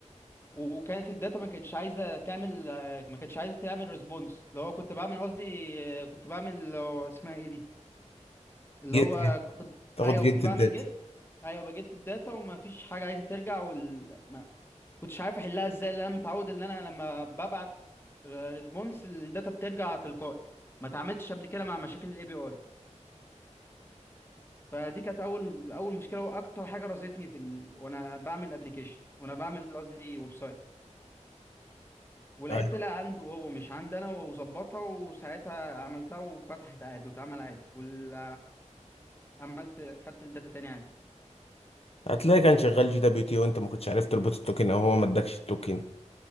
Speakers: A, on the left; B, on the left.
A: وكانت الداتا ما كانتش عايزه تعمل آه، ما كانتش عايزه تعمل ريسبونس اللي هو كنت بعمل قصدي آه، كنت بعمل آه، اسمها ايه دي اللي
B: جيت
A: هو كنت
B: تاخد
A: ايوه
B: جلد
A: كنت بعمل
B: الداتا
A: جيت ايوه بجيت الداتا وما فيش حاجه عايزه ترجع وال... كنتش عارف احلها ازاي لان انا متعود ان انا لما ببعت ريسبونس الداتا بترجع تلقائي ما اتعاملتش قبل كده مع مشاكل الاي بي اي فدي كانت اول اول مشكله واكتر حاجه رازتني في ال... وانا بعمل ابلكيشن وانا بعمل قصدي ويب سايت ولعبت
B: أيوة.
A: طلع عنده هو مش عندي انا وظبطها وساعتها عملتها وفتحت عادي واتعمل عادي وال... عملت خدت الداتا تاني عادي
B: هتلاقي كان شغال جي دبليو تي وانت ما كنتش عارف تربط التوكن او هو ما ادكش التوكن